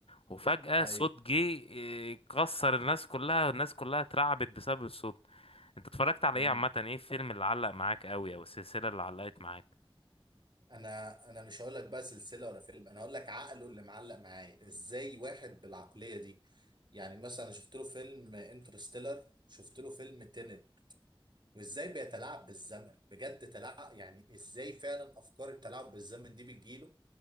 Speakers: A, on the left (about 80°); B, on the right (about 50°).
A: وفجأة
B: أيوه
A: صوت جه إيه، كسر الناس كلها الناس كلها اترعبت بسبب الصوت انت اتفرجت على
B: مم.
A: ايه عامة ايه الفيلم اللي علق معاك قوي او السلسلة اللي علقت معاك
B: أنا أنا مش هقول لك بقى سلسلة ولا فيلم أنا هقول لك عقله اللي معلق معايا إزاي واحد بالعقلية دي يعني مثلا أنا شفت له فيلم انترستيلر شفت له فيلم تينت وإزاي بيتلاعب بالزمن بجد تلاعب يعني إزاي فعلا أفكار التلاعب بالزمن دي بتجيله